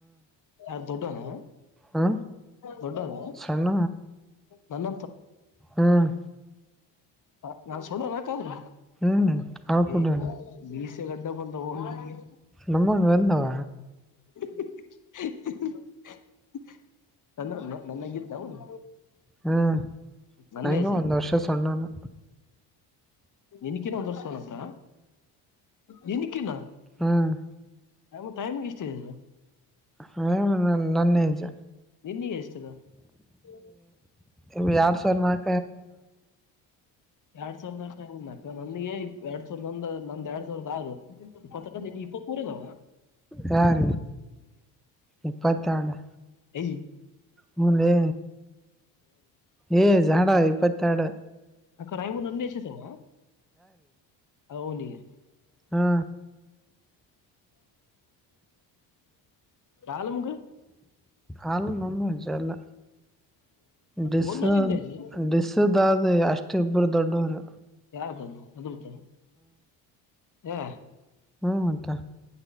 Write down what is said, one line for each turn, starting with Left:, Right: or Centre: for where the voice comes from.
Left: ಯಾರು ದೊಡ್ಡನಾ.
Centre: ಹ
Left: ದೊಡ್ಡನ
Centre: ಸಣ್ಣ
Left: ನನ್ನ
Centre: ಹ್ಮ್
Left: ಹ ನಾನ್ <unintelligible>
Centre: ಹ್ಮ್ ಅವ
Left: ಹೆ
Centre: ಕೂಡ
Left: ಮೀಸೆ ಗಡ್ಡ ಬಂದವ ನಿನಗೆ.
Centre: ನಮ್ಮಾಂಗ್ ಬಂದಾವ.
Left: <inaudible> ನನ್ನ ನನ್ನಗಿದ್ದ ಅವನು
Centre: ಹ್ಮ್
Left: ನನ್ನ
Centre: ನಂಗೆ
Left: ಏಜ.
Centre: ಒಂದ್ ವರ್ಷ ಸಣ್ಣನು
Left: ನಿನಕಿನ ಒಂದ್ ವರ್ಷೋಣಂತ ನಿನಕಿನ.
Centre: ಹ್ಮ್
Left: ಹೌದು ಟೈಮಿಗೆ ಇಷ್ಟ ಇದ.
Centre: ಹ ನನ್ನೆಜ
Left: ನಿನ್ನಾಗ್ ಎಷ್ಟು <unintelligible>
Centre: ಎರಡ್ ಸಾವಿರ ನಾ <unintelligible>
Left: ಎರಡ್ ಸಾವಿರ <unintelligible> ನನಗೆ ಎರಡ್ ಸಾವಿರದ ಒಂದ ನಂದ್ ಎರಡ್ ಸಾವಿರದ ಆರು ಇಪ್ಪತ್ತಕ್ಕ ನಿನ್ ಇಪ್ಪತ್ ಮೂರ ಇಲವ.
Centre: ಯಾರ ಇಪ್ಪತ್ತ ಎರಡು.
Left: ಎ
Centre: ಹ್ಮ ಎಲೆ ಏ ಜಝಾಡಾ ಇಪ್ಪತ್ತೆರಡು
Left: <unintelligible>
Centre: ಹಾ
Left: ಕಾಲ <unintelligible>
Centre: ಅವನು ನಮ್ಮ ಏಜ ಎಲ್ಲ ಡಿಸ್
Left: ಮೂರ್ನಲ್ಲಿ ಇದ್ನೇಜು
Centre: ಡಿಸದಾದ ಅಷ್ಟ ಇಬ್ಬರು ದೊಡ್ಡವರು
Left: ಯಾರ್ದ ಅದು <unintelligible> ಹೆ
Centre: ಹಾ ಮತ್ತೆ